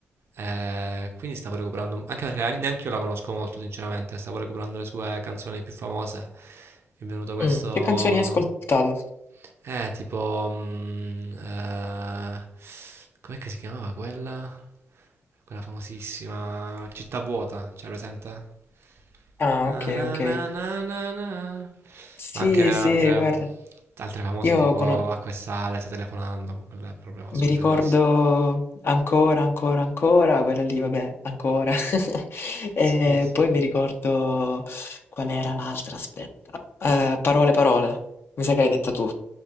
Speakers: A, on the right; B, on the left.
A: Eh, quindi stavo recuperando, anche perché neanche io la conosco molto, sinceramente, stavo recuperando le sue canzoni più famose. Mi è venuto questo...
B: Mm, Che canzoni hai ascoltato?
A: Eh, tipo... mm, eh, com'è che si chiamava quella? Quella famosissima Città vuota, c'è presente?
B: Ah,
A: Na
B: ok,
A: na
B: ok.
A: na na na na.
B: Sì,
A: Ma anche altre,
B: sì, guarda,
A: mm, altre famose
B: io
A: tipo
B: conosco.
A: Acqua e Sale, Stai telefonando, ma quella è proprio
B: Mi
A: scontatissima.
B: ricordo ancora, ancora, ancora, quella lì, vabbè, ancora. <laughs> E
A: Sì, sì.
B: poi mi ricordo qual era l'altra, aspetta. Eh, parole, parole, mi sa che l'hai detta tu.